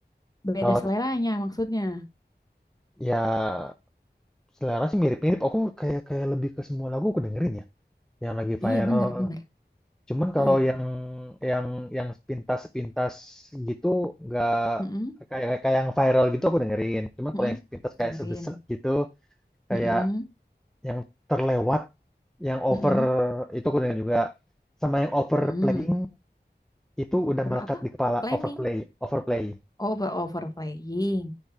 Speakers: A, on the left; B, in the centre.
A: Beda
B: Kalau
A: seleranya maksudnya.
B: ya selera sih mirip-mirip. Aku kayak kayak lebih ke semua lagu aku dengerin ya, yang lagi viral.
A: Iya bener bener.
B: Cuman
A: Heeh.
B: kalau yang yang yang sepintas-sepintas gitu nggak
A: Mm-mm,
B: kayak kayak yang viral gitu aku dengerin. Cuman kalau
A: mm-mm.
B: yang sepintas kayak
A: Dengerin.
B: sebeset gitu, kayak
A: Mm-mm,
B: yang terlewat, yang over
A: mm-mm,
B: itu aku dengerin juga. Sama yang overplaying
A: mm-mm.
B: itu
A: Over
B: udah melekat
A: apa?
B: di kepala,
A: Planning.
B: overplay, overplay.
A: Over overplaying.